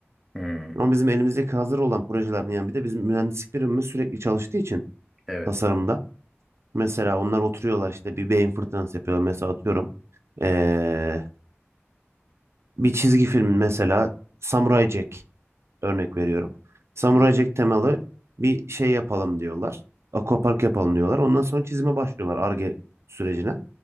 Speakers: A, in the centre; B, on the right.
A: Hmm,
B: Ama bizim elimizdeki hazır olan projelerden yani bir de bizim mühendislik birimimiz sürekli çalıştığı için
A: evet.
B: tasarımda. Mesela onlar oturuyorlar işte bir beyin fırtınası yapıyorlar. Mesela atıyorum ee, bir çizgi film mesela Samurai Jack örnek veriyorum. Samurai
A: Hı,
B: Jack temalı bir şey yapalım diyorlar. Aquapark yapalım diyorlar. Ondan sonra çizime başlıyorlar Ar-Ge sürecine.